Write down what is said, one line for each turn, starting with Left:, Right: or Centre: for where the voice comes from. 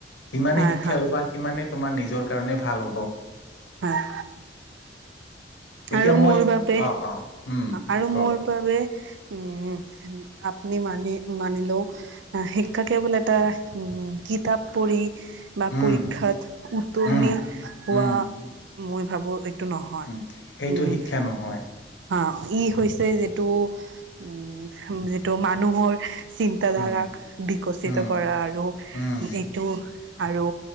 Left: যিমানে
Right: হয়
Left: শিক্ষা
Right: হয়
Left: ল'বা সিমানে তোমাৰ নিজৰ কাৰণে ভাল হ'ব
Right: হয়
Left: এতিয়া
Right: আৰু
Left: মই
Right: মোৰ বাবে
Left: অ', অ'। উম,
Right: আৰু
Left: কওক
Right: মোৰ বাবে উম আপনি মানি মানিলও শিক্ষা
Left: উম,
Right: কেৱল এটা উম কিতাপ পঢ়ি বা
Left: উম,
Right: পৰীক্ষাত উত্তৰণ
Left: উম।
Right: হোৱা
Left: উম,
Right: মই ভাবো এইটো নহয়
Left: উম, সেইটো
Right: উম
Left: শিক্ষা নহয়
Right: অ ই হৈছে যিটো উম যিটো মানুহৰ চিন্তাধাৰাক
Left: উম,
Right: বিকশিত
Left: উম,
Right: কৰা আৰু
Left: উম।
Right: এইটো আৰু